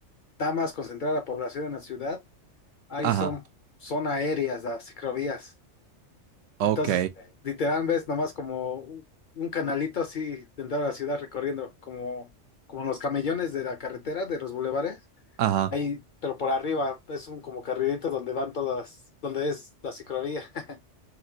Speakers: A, on the left; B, on the right.
A: está más concentrada la población en la ciudad, ahí
B: ajá,
A: son, son aéreas las ciclovías.
B: ok,
A: Entonces, Ok. literal, ves nomás como un un canalito así dentro de la ciudad recorriendo, como, como los camellones de la carretera, de los bulevares.
B: ajá.
A: Ahí, pero por arriba es un como carrilito donde van todas, donde es la ciclovía. <laughs>